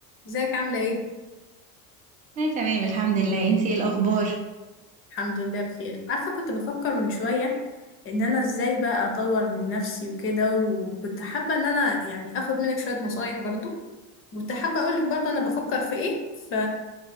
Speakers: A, on the left; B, on the right.
A: ازيك عاملة ايه؟
B: انا تمام الحمد لله انتي ايه الاخبار
A: الحمد لله بخير عارفة كنت بفكر من شوية ان انا ازاي بقى اطور من نفسي وكده وكنت حابة ان انا يعني اخد منك شوية نصايح برضو كنت حابة اقولك برضو انا بفكر في ايه ف